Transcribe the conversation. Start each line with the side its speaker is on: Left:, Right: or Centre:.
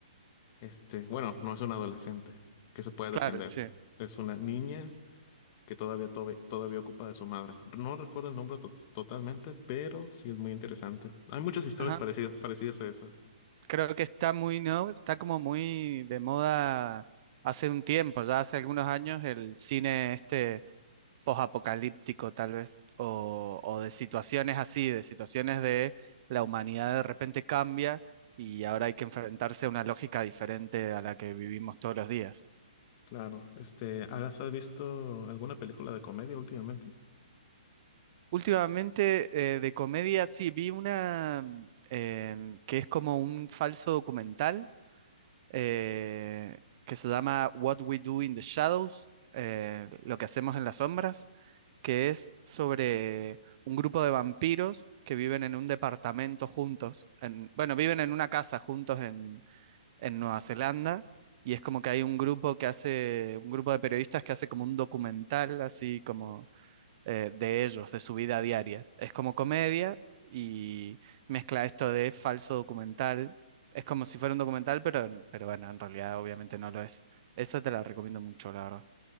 Left: este, bueno, no es una adolescente que se puede defender.
Right: claro, sí,
Left: Es una niña que todavía, tobe- todavía ocupa de su madre. No recuerdo el nombre to- totalmente, pero sí es muy interesante. Hay muchas historias
Right: ajá.
Left: parecidas, parecidas a esa.
Right: creo que está muy, ¿no? Está como muy de moda hace un tiempo, ya hace algunos años, el cine este posapocalíptico tal vez, o, o de situaciones así, de situaciones de la humanidad de repente cambia y ahora hay que enfrentarse a una lógica diferente a la que vivimos todos los días.
Left: Claro. Este, ¿has has visto alguna película de comedia últimamente?
Right: Últimamente, eh, de comedia, sí, vi una em, que es como un falso documental eh, que se llama What We Do in the Shadows, eh, lo que hacemos en las sombras, que es sobre un grupo de vampiros que viven en un departamento juntos, en- bueno, viven en una casa juntos en, en Nueva Zelanda, y es como que hay un grupo que hace, un grupo de periodistas que hace como un documental, así como eh, de ellos, de su vida diaria. Es como comedia y mezcla esto de falso documental. Es como si fuera un documental, pero, en- pero bueno, en realidad obviamente no lo es. Esa te la recomiendo mucho, la verdad.